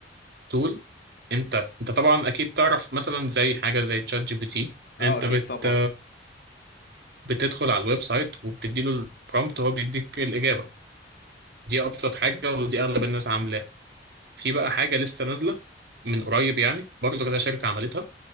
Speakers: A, on the right (about 65°); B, on the left (about 60°).
A: تول انت انت طبعا اكيد تعرف مثلا زي حاجه زي تشات جي بي تي
B: اه
A: انت
B: اكيد
A: بت
B: طبعا
A: بتدخل على الويب سايت وبتدي له البرومبت وهو بيديك الإجابة دي أبسط حاجة ودي أغلب الناس عاملاها في بقى حاجة لسه نازلة من قريب يعني برضه كذا شركة عملتها